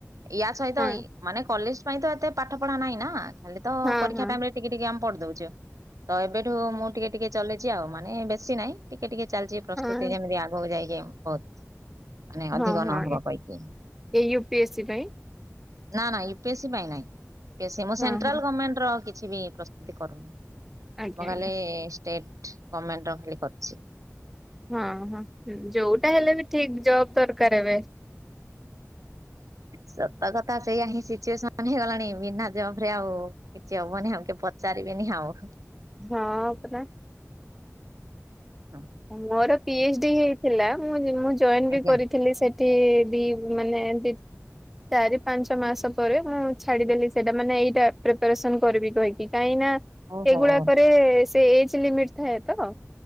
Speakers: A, on the right; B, in the centre.
A: ୟା ସହିତ
B: ହଁ
A: ଇ ମାନେ କଲେଜ ପାଇଁ ତ ଏତେ ପାଠ ପଢା ନାହିଁ ନା ଖାଲି ତ
B: ହଁ
A: ପରୀକ୍ଷା
B: ହଁ।
A: ଟାଇମ୍ ରେ ଟିକେ ଟିକେ ଆମ ପଢି ଦଉଛେ ତ ଏବେଠୁ ମୁଁ ଟିକେ ଟିକେ ଚଲେଇଛି ଆଉ ମାନେ ବେଶୀ ନାହିଁ ଟିକେ ଟିକେ ଚାଲିଛି ପ୍ରସ୍ତୁତି
B: ହଁ
A: ଯେମିତି ଆଗକୁ ଯାଇକି ବହୁତ ମାନେ ଅଧିକ
B: ହଁ ହଁ
A: ନହବ କହିକି
B: ଏ ୟୁ ପି ଏସ୍ ସି ପାଇଁ
A: ନା ନା ୟୁ, ପି, ଏସ, ସି ପାଇଁ ନାଇଁ ମୁଁ
B: ହଁ
A: ସେଣ୍ଟ୍ରାଲ
B: ହଁ
A: ଗମେଣ୍ଟର କିଛି ବି ପ୍ର ଏମିତି କରୁ ମୁଁ
B: ଆଜ୍ଞା ଆଜ୍ଞା।
A: ଖାଲି ଷ୍ଟେଟ୍ ଗମେଣ୍ଟର ଖାଲି କରିଛି।
B: ହୁଁ ହୁଁ ଯୋଉଟା ହେଲେ ବି ଠିକ୍ ଜବ୍ ଦରକାର ଏବେ
A: ସତ କଥା। ସେଇୟା ହିଁ ସିଚୁଏସନ୍ ହେଇଗଲାଣି ବିନା ଜବ୍ ରେ ଆଉ କିଛି ହବନି ଆଉ କି ପଚାରିବିନି ଆଉ।
B: ହଁ ପରା।
A: ହଁ।
B: ମୋର ପି, ଏସ, ଡି ହେଇଥିଲା ମୁଁ ମୁଁ ଜଏନ
A: ଆଜ୍ଞା
B: ବି କରିଥିଲି ସେ ସେଠି ବି ମାନେ ଏମିତି ଚାରି ପାଞ୍ଚ ମାସ ପରେ ମୁଁ ଛାଡିଦେଲି, ସେଇଟା ମାନେ ଏଇଟା ପ୍ରିପାରେସନ କରିବି କହିକି କାହିଁକି ନା
A: ଓହୋ।
B: ଏଗୁଡାକରେ ସେ ଏଜ ଲିମିଟ ଥାଏ ତ